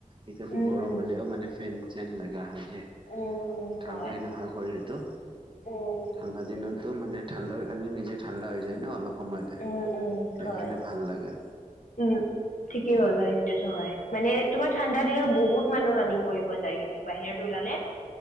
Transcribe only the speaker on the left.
উম,
উম,
উম, উম,
হয়
উম,
উম, উম,
হয়,
উম, ঠিকেই হ'ল এইটোতো হয়। মানে তোমাৰ ঠাণ্ডা দিনত বহুত মানুহ ৰানিং কৰিব যায় কিন্তু বাহিৰত উলালে।